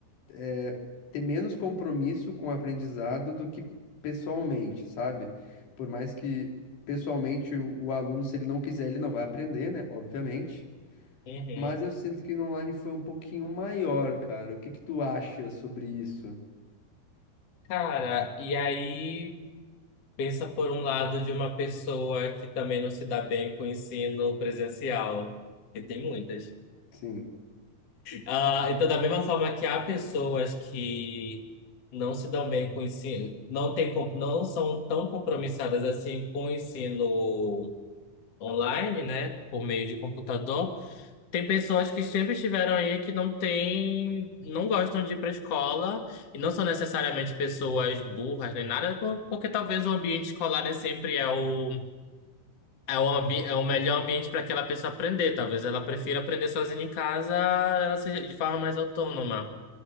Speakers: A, on the left; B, on the left.
A: é, ter menos compromisso com o aprendizado do que pessoalmente, sabe? Por mais que pessoalmente o, o aluno, se ele não quiser, ele não vai aprender, né? Obviamente.
B: Uhum.
A: Mas eu sinto que no online foi um pouquinho maior, cara. O que que tu acha sobre isso?
B: Cara, e aí pensa por um lado de uma pessoa que também não se dá bem com o ensino presencial, que tem muitas.
A: Sim.
B: Ah, então, da mesma forma que há pessoas que não se dão bem com o ensino, não tem, com- não são tão compromissadas assim com o ensino online, né, por meio de computador, tem pessoas que sempre estiveram aí que não têm, não gostam de ir para a escola e não são necessariamente pessoas burras nem nada, por- porque talvez o ambiente escolar nem sempre é o É o, ambi é o melhor ambiente para aquela pessoa aprender. Talvez ela prefira aprender sozinha em casa, ela seja de forma mais autônoma